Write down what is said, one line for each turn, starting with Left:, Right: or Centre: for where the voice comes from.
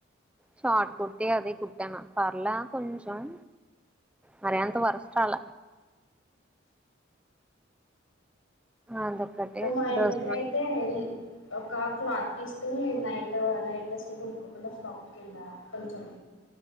Centre: షార్ట్ కుర్తి అది కుట్టాను పాప్ అలా కొంచం మరి అంత వరస్ట్రాల అదొక్కటి
Left: ఇప్పుడు మా ఇంటి
Centre: డ్రెస్
Left: దగ్గర
Centre: మరి
Left: అయితే ఇం క్లాత్ తీసుకుని నైట్ నైట్ డ్రెస్లు కొనుక్కోకుండా ఫ్రాక్ కింద కొంచెం